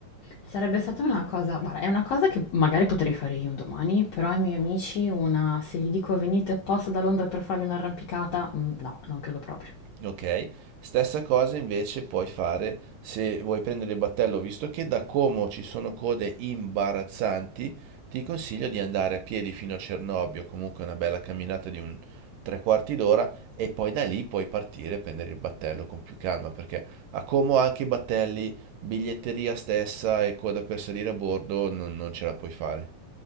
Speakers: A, on the left; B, on the right.
A: Sarebbe stata una cosa, guarda, è una cosa che magari potrei fare io un domani, però ai miei amici una, se gli dico venite apposta da Londra per farvi un'arrampicata, mm, no, non credo proprio.
B: Ok, stessa cosa invece puoi fare se vuoi prendere il battello, visto che da Como ci sono code imbarazzanti, ti consiglio di andare a piedi fino a Cernobbio, comunque una bella camminata di un tre quarti d'ora e poi da lì puoi partire e prendere il battello con più calma, perché a Como anche i battelli, biglietteria stessa e coda per salire a bordo non, non ce la puoi fare.